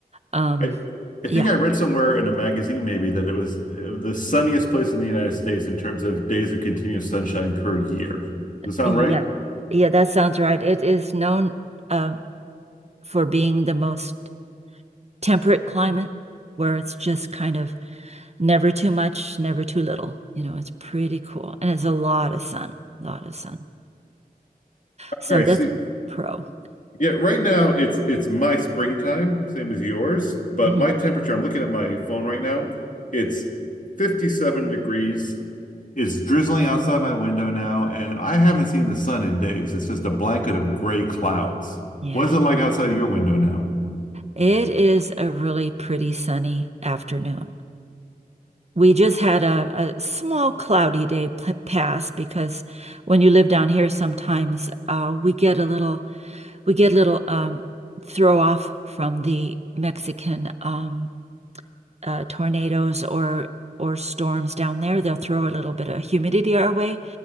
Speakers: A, on the right (about 45°); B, on the left (about 55°).
A: Um
B: I I think
A: yeah.
B: I read somewhere in a magazine maybe that it was uh, the sunniest place in the United States in terms of days of continuous sunshine per year. Does that sound
A: Yeah.
B: right?
A: Yeah, that sounds right. It is known uh, for being the most temperate climate where it's just kind of never too much, never too little. You know, it's pretty cool. And it's a lot of sun, a lot of sun. So
B: All right,
A: that's
B: see,
A: a pro.
B: yeah, right now it's it's my springtime, same as yours, but
A: Mhm.
B: my temperature, I'm looking at my phone right now, it's 57 degrees. It's drizzling outside my window now, and I haven't seen the sun in days. It's just a blanket of gray clouds.
A: Yeah.
B: What is it like outside your window now?
A: It is a really pretty sunny afternoon. We just had a, a small cloudy day p pass because when you live down here, sometimes uh, we get a little we get a little um, throw off from the Mexican um, uh, tornadoes or or storms down there. They'll throw a little bit of humidity our way